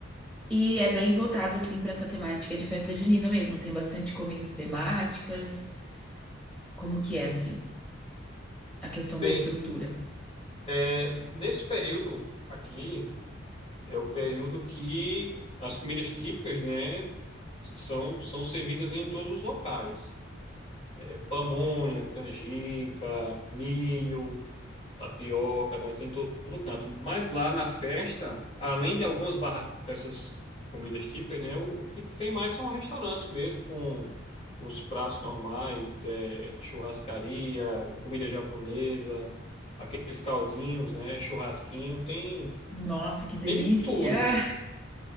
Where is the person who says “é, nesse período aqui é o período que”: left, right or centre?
Left